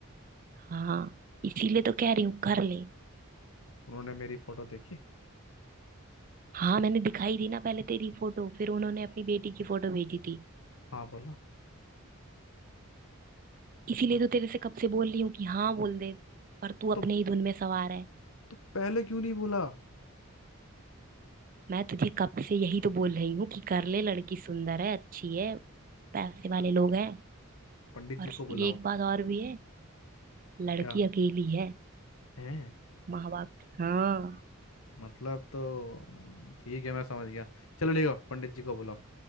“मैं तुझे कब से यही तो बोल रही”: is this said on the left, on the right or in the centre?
Right